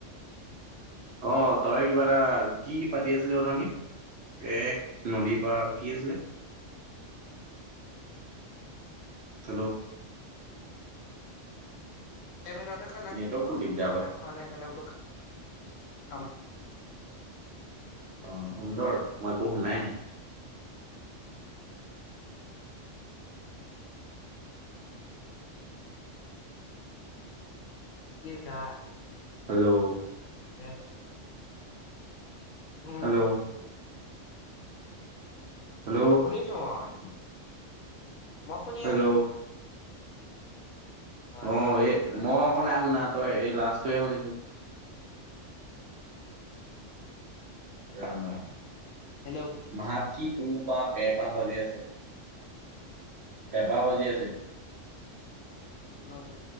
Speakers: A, on the right; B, on the left.
A: অ', তই কিবা এটা কি পাতি আছিলি অথনী? এ নদীৰ পাৰত কি আছিলে? হেল্ল'
B: ইভেনতে খানা
A: নেটৱৰ্কটো
B: খোৱা খ
A: দিগদাৰ
B: এ
A: কৰে
B: খোৱা নাই সেইকাৰণে বোলো খাম।
A: অ' সুন্দৰ মই একো শুনাই নাই।
B: ইয়ে জা।
A: হেল্ল'
B: দে উ
A: হেল্ল'। হেল্ল'।
B: শুনিছো, হয়। মই শুনি
A: হেল্ল'
B: আছো। ৰ ৰ
A: অ,
B: ৰ
A: এই
B: নিবিড়ত
A: মই
B: আহিব
A: আকৌ নাই শুনা, তই এই লাষ্টটোৱে শুনিছো। ৰাম ৰাম।
B: হেল্ল'।
A: মাত কি পুহ পা পে পা বাজি আছে? পেঁপা বাজি আছে।
B: হয়।